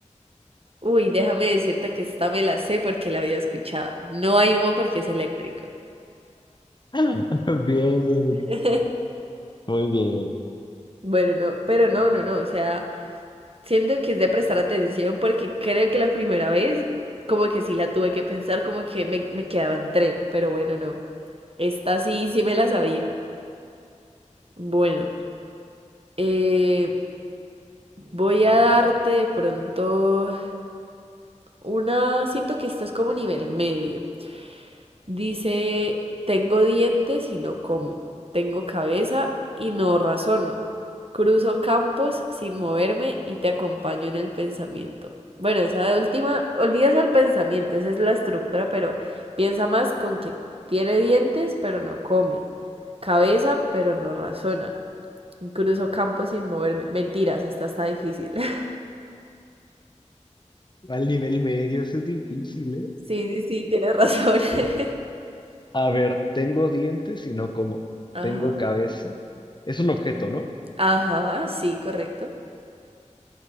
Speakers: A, on the right (about 50°); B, on the left (about 35°).
A: Uy, déjame decirte que esta me la sé porque la había escuchado. No hay humo porque es eléctrico.
B: <laughs> Bien,
A: <laughs>
B: muy bien.
A: Bueno, no, pero no, no, no, o sea, siento que es de prestar atención porque creo que la primera vez como que sí la tuve que pensar, como que me, me quedaba en tren, pero bueno, no, esta sí, sí me la sabía. Bueno, eh, voy a darte de pronto una, siento que esto es como nivel medio. Dice, tengo dientes y no como, tengo cabeza y no razono, cruzo campos sin moverme y te acompaño en el pensamiento. Bueno, esa de última, olvídate el pensamiento, esa es la estructura, pero piensa más con que tiene dientes pero no come, cabeza pero no razona, cruzo campos sin moverme. Mentiras, esta está difícil. <laughs>
B: Al nivel medio, eso es difícil, ¿eh?
A: Sí, sí, sí, tienes razón. <laughs>
B: A ver, tengo dientes y no como.
A: Ajá.
B: Tengo cabeza. Es un objeto, ¿no?
A: Ajá, sí, correcto.